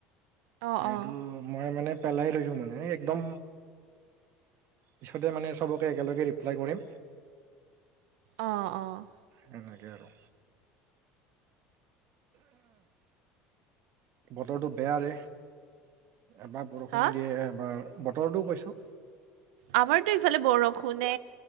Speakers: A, on the right; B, on the right.
A: অ
B: সেইটো
A: অ
B: মই মানে পেলাই ধৰিছোঁ মানে এ একদম! পিছতে মানে চবকে একেলগে ৰিপ্লাই কৰিম।
A: অ', অ'।
B: হেনেকে আৰু। বতৰটো বেয়া ৰে। এবাৰ বৰষুণ
A: হা?
B: দিয়ে, এবাৰ বতৰটোও কৈছোঁ।
A: আমাৰতো ইফালে বৰষুণে।